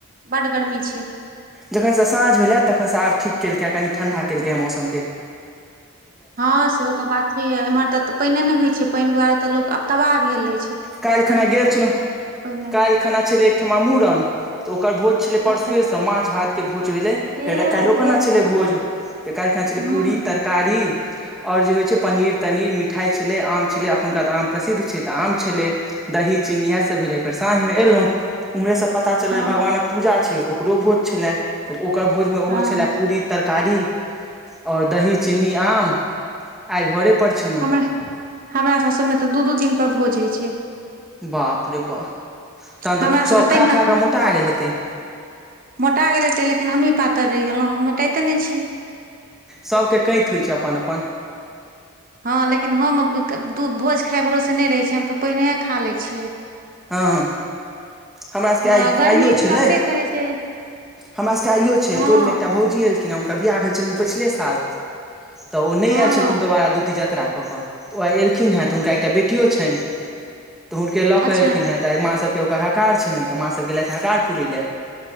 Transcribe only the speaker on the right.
बड गर्मी छै
हां सेहो तऽ बात छैहिये, इम्हर तऽ तऽ पेएने नै होय छै, पेएन दुआरे तऽ लोक आब तबाह भेल अय।
नहि
अच्छा
एह
एह
हूँ
हँ
हँ
हमरा, हमरा सासुरमे तऽ दू-दू दिन पर भोज हय छै।
हमरा
सबके
ताहिमे
मोटा गेल हेतै, लेकिन हमही पातैर रैह गेलौ, हम मोटाएते नै छी।
हां लेकिन हम <unintelligible> दू भोज खाय भरोसे नै रहै छी, हम तऽ पहनिये खा लै छियै।
हँ
गर्मी
ततेक रहै छै
हँ
हँ
अच्छा